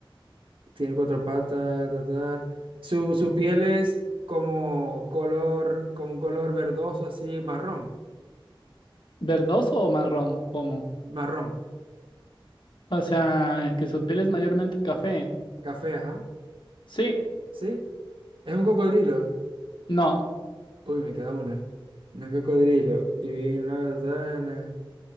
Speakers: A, on the right; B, on the left.
A: Tiene cuatro patas. ta, ta. Su, su piel es como color, como un color verdoso, así marrón.
B: verdoso o marrón, ¿cómo?
A: Marrón.
B: O sea, que su piel es mayormente café.
A: Café, ajá.
B: Sí,
A: ¿Sí? Es un cocodrilo.
B: no.
A: Uy, me queda una. Un cocodrilo. Y vi una katana.